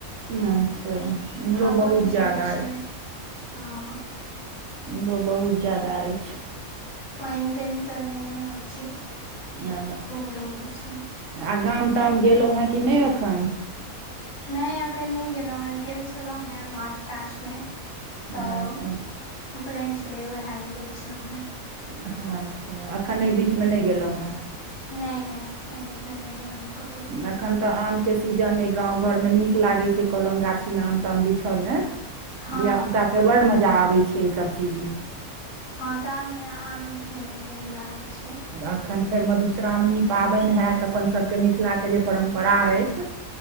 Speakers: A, on the right (about 65°); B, on the left (about 80°).
A: अच्छा इम्हरो
B: हवो
A: बहुत
B: नहि
A: जादा
B: चलै छै
A: अइ।
B: हँ
A: हमरो बहुत जादा अइछ।
B: पइन तइन तऽ नै होय छै।
A: ओ
B: खूब रौद छै
A: आ गाम -ताम गेलो हेँ कि नै एखन
B: नै अखन नै गेलौ हेँ गेल छेलौ हेँ मार्च तार्च मे तऽ
A: अच्छा
B: उपलैन छेलै उएह मे गेल छेलौ हेँ।
A: अच्छा एखन एय बीचमे नै गेलहुँ हेँ।
B: नैय - नैय एय बीचमे नै गेलौ हेँ कतौ।
A: एखन तऽ आम के सीजन अय गाँव घर मे निक लागे छै कलम गाछी मे आम ताम बिछऽ में,
B: हँ
A: धिया पुता तऽ बड़ मजा आबै छै एहि सब चीजमे।
B: हँ, गाममे आम बीछाऽ मे नीक लागै छै।
A: एखन फेर मधुश्रमणी पाबैन हैत, अपन सभके मिथिलाके जे परम्परा अछि।